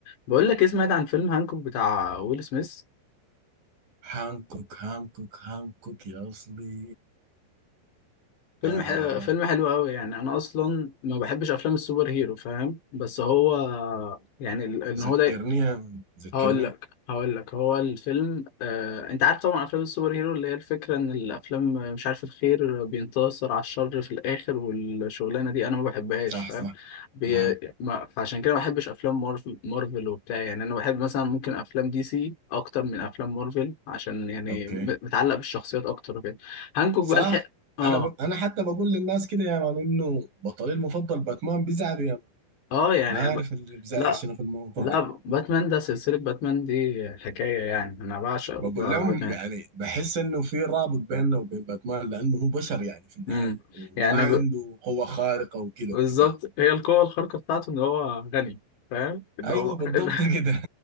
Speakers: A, on the left (about 70°); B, on the right (about 50°).
A: بقول لك إيه، سمعت عن فيلم هانكوك بتاع ويل سميث
B: هانكوك هانكوك هانكوك يا أصلي
A: فيلم
B: آه
A: حلو فيلم حلو قوي يعني انا اصلا ما بحبش افلام السوبر هيرو فاهم بس هو يعني ال- ان
B: ذكرني
A: هو ده
B: ذكرني
A: هقول لك هقول لك هو الفيلم آه، انت عارف طبعا افلام السوبر هيرو اللي هي الفكره ان الافلام آه، مش عارف الخير بينتصر على الشر في الاخر والشغلانه دي انا ما بحبهاش
B: صح
A: فاهم
B: صح
A: بي...
B: آه
A: ما... فعشان كده ما بحبش افلام مارفل مارفل وبتاع يعني انا بحب مثلا ممكن افلام دي سي اكتر من افلام مارفل عشان يعني
B: أوكي
A: م- متعلق بالشخصيات اكتر وكده هانكوك
B: صح
A: بقى الحق اه
B: أنا ب... أنا حتى بقول للناس كده يا مان إنه بطلي المفضل باتمان بيزعلوا يا مان
A: اه يعني
B: ما عارف
A: ب...
B: اللي بيزعل
A: لا
B: شنو في الموضوع
A: لا
B: <laughs>
A: باتمان ده سلسله باتمان دي حكايه يعني انا بعشق
B: بقول
A: ب-
B: لهم
A: باتمان
B: يعني بحس إنه في رابط بيننا وبين باتمان لأنه هو بشر يعني في النهاية
A: امم
B: وما
A: يعني
B: عنده
A: ب...
B: قوة خارقة وكده
A: بالظبط
B: وبتاع
A: هي القوة الخارقة بتاعته إن هو غني فاهم إن
B: أيوه
A: هو <laughs> إن
B: بالضبط كده